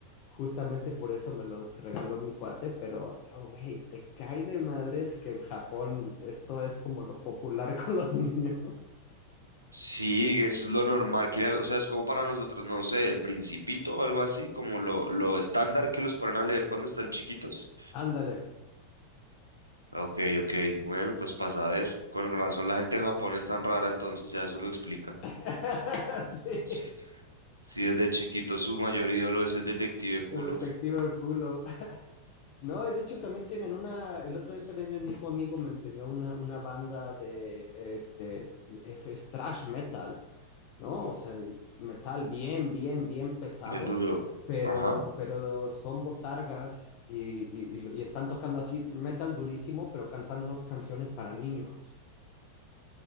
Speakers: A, on the left; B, on the right.
A: Justamente por eso me lo regaló mi cuate, pero yo, güey, te cae de madres que en Japón esto es como lo popular <laughs> con los niños.
B: Sí, eso es lo normal. que era- O sea, es como para nosotros, no sé, el Principito o algo así, como lo, lo estándar que los ponen a leer cuando están chiquitos.
A: Ándale.
B: Ok, ok. Bueno, pues pasa a ver. Con razón la gente en Japón es tan rara, entonces ya eso lo explica.
A: <laughs> Sí,
B: Sí, sí desde chiquito su mayor ídolo es el detective culo.
A: el detective culo No, y de hecho también tienen una, el otro día también el mismo amigo me enseñó una, una banda de, este, es, es thrash metal, ¿no? O sea, metal bien, bien, bien pesado,
B: Bien duro.
A: pero,
B: Ajá.
A: pero son botargas y, y, y están tocando así metal durísimo, pero cantando canciones para niños.